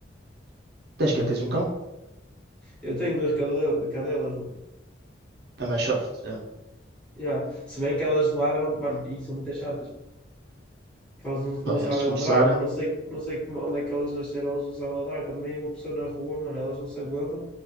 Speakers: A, on the right; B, in the centre.
A: Tens
B: Mano,
A: que tens
B: são-
A: um cão?
B: Eu tenho duas cadela- cadelas, mano.
A: É mais soft. É.
B: Yeah. Se bem que elas ladram, mano, e são muito chatas. que elas não, não
A: Pá,
B: sabem
A: é, se começarem.
B: ladrar, mano. Não sei, não sei como, onde é que elas nasceram, elas não sabem ladrar. Quando vem uma pessoa na rua, mano, elas não se aguentam.